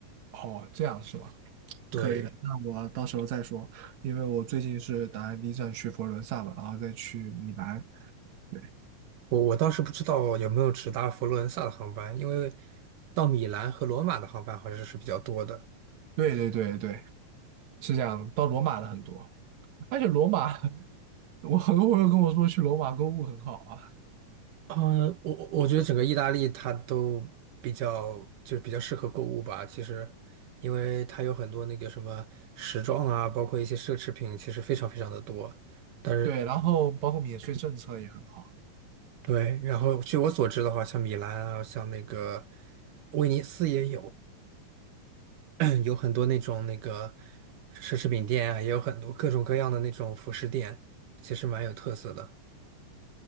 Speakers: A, on the right; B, on the right.
A: 哦，这样是吗？
B: 对，
A: 可以的，那我到时候再说，因为我最近是打算第一站去佛罗伦萨嘛，然后再去米兰。对，
B: 我我倒是不知道有没有直达佛罗伦萨的航班，因为到米兰和罗马的航班好像是比较多的。
A: 对对对对，是这样。到罗马的很多，而且罗马，<laughs> 我很多朋友跟我说去罗马购物很好啊。
B: 嗯，我我我觉得整个意大利它都比较就是比较适合购物吧。其实，因为它有很多那个什么时装啊，包括一些奢侈品，其实非常非常的多。但是
A: 对，然后包括免税政策也很好。
B: 对，然后据我所知的话，像米兰啊，像那个威尼斯也有 <clears throat> 有很多那种那个奢侈品店啊，也有很多各种各样的那种服饰店，其实蛮有特色的。